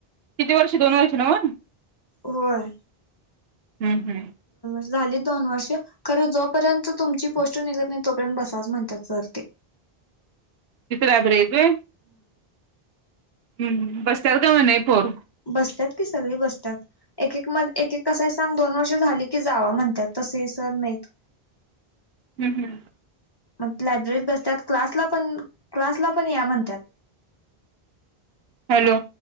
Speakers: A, on the right; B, on the left.
A: किती वर्ष दोन वर्ष नव
B: होर
A: हम्म हम्
B: झाली दोन वर्षे खर जोपर्यंत तुमची पोस् निघत नाही तोपर्यंत बसाच म्हणतातरते
A: तिथ ॅबरेज आहे हम्म बसतल का म्ह नाही पर
B: बसतात की सगळी बसतात एक एक म एक एक कसा सांग दोन वर्ष झाली की जावा म्हणतात तस सर नाहीत
A: हम्म हम्
B: मग लायब्ररीत बसतात क्लासला पण क्लासला पण या म्हणतात
A: हॅलो